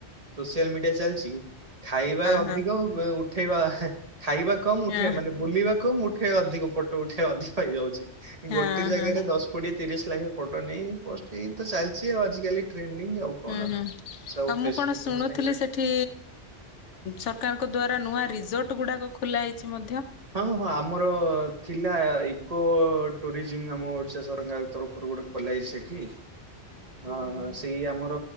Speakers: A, on the right; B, on the left.
A: ସୋସିଆଲ ମିଡିଆ ଚାଲିଛି ଖାଇବା ଅଧିକ
B: ହଁ
A: ଉଠେଇବା ହ୍ ଖାଇବା କମ୍
B: ହଁ
A: ଉଠେଇ ମାନେ ବୁଲିବା କମ୍ ଉଠେ ଉଠେ ଅଧିକ ଫଟୋ ଉଠେ ଅଧିକ ହେଇଯାଉଛି
B: ହଁ
A: ଗୋଟେ ଜାଗାରେ
B: ହଁ
A: ଦଶ କୋଡିଏ ତିରିଶ ଲାଖେ ଫଟୋ ନେଇ ପୋଷ୍ଟ ଏଇ ତ ଚାଲିଛି ଆଉ ଆଜିକାଲି ଟ୍ରେଣ୍ଡିଙ୍ଗ ଆଉ କଣ।
B: ହୁଁ ହୁଁ ଆଉ
A: ସବୁ ଫେସବୁକ୍
B: ମୁଁ କଣ ଶୁଣୁଥିଲି
A: ଇନଷ୍ଟାଗ୍ରାମ
B: ସେଠ୍ ଠି ସରକାରଙ୍କ ଦ୍ଵାରା ନୂଆ ରିଜୋର୍ଟ ଗୁଡାକ ଖୋଲା ହେଇଛି ମଧ୍ୟ
A: ହଁ ହଁ ହଁ ଆମର ଥିଲା ଇକୋ ଟୁରିଜିମ ଆମ ଓଡିଶା ସରକାରଙ୍କ ତରଫରୁ ଉପର ଗୋଟେ ଖୋଲା ହେଇଚି ସେଠି। ହଁ ହଁ ସେଇ ଆମର